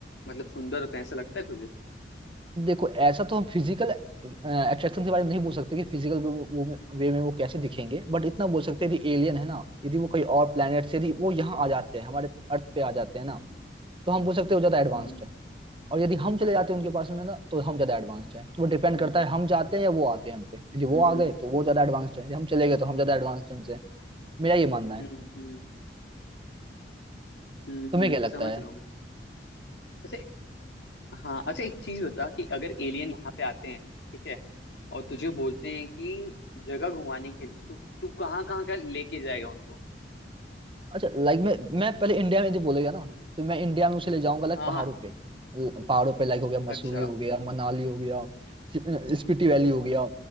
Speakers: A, on the left; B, on the right.
A: मतलब सुंदर होते हैं ऐसा लगता है तुझे
B: देखो ऐसा तो हम फिजिकल अट्रैक्शन के बारे में नहीं बोल सकते कि फिजिकल वो में, वे में वो कैसे दिखेंगे बट इतना बोल सकते हैं यदि एलियन है ना यदि वो कहीं और प्लेनेट से यदि वो यहाँ आ जाते हैं हमारे अर्थ पे आ जाते हैं ना तो हम बोल सकते हैं वो ज्यादा एडवांस्ड
A: हम्म,
B: है और यदि हम चले जाते हैं उनके पास में ना तो हम ज्यादा एडवांस्ड हैं तो वो डिपेंड
A: हम्म,
B: करता है हम जाते हैं या वो आते हैं हम पे यदि
A: हम्म,
B: वो आ गए तो वो ज्यादा एडवांस्ड है यदि हम चले गए तो हम ज्यादा एडवांस्ड हैं उनसे मेरा ये मानना है
A: हम्म, हम्म, हम्म,
B: तुम्हें
A: हम्म।
B: क्या लगता
A: समझ
B: है
A: रहा हूँ मैं हाँ अच्छा एक चीज बता कि अगर एलियन यहाँ पे आते हैं ठीक है और तुझे बोलते हैं कि जगह घुमाने के लिए तू तू कहाँ कहाँ का लेके जाएगा उनको
B: अच्छा लाइक मैं मैं पहले इंडिया में यदि बोलेगा ना तो मैं इंडिया में उसे ले जाऊंगा लाइक
A: हाँ
B: पहाड़ों
A: हाँ
B: पे ल- पहाड़ों पे लाइक हो गया मसूरी
A: अच्छा
B: हो गया मनाली हो गया स्पि- स्पीति वैली
A: हम्म
B: हो गया